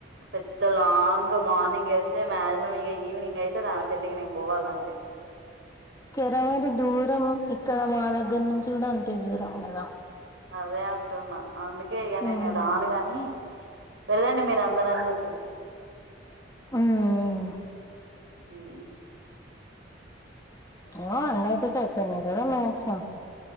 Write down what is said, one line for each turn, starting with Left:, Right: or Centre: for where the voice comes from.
Right: పెద్ద లాంగ్ మార్నింగ్ వెళ్తే మాక్సిమం ఇక ఈవినింగ్ అయితే దా పెళ్ళికి నేను పోవాలంటే
Left: కిరమరి దూరం ఇక్కడ మా దగ్గర నుంచి కూడా అంతే దూరం కదా
Right: అదే అంటున్నా అందుకే ఇక నేనే
Left: ఉమ్
Right: రాను గాని వెళ్ళండి మీరు అందరు
Left: ఉమ్
Right: <unintelligible>
Left: ఏ అండార్టిక్ అయిపోయింది కదా మాక్సిమం